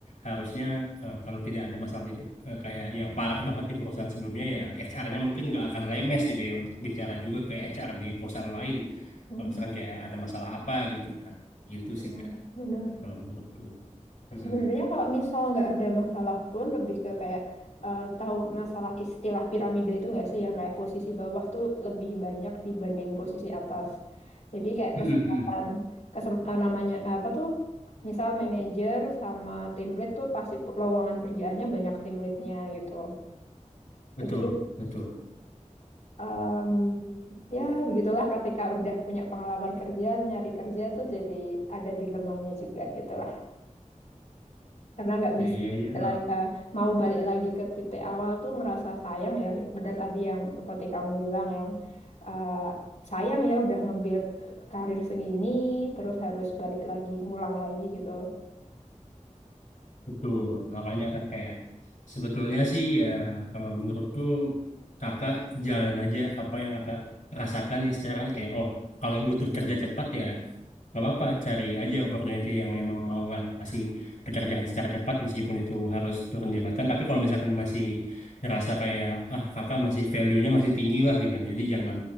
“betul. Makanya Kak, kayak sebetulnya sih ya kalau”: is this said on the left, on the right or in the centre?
Left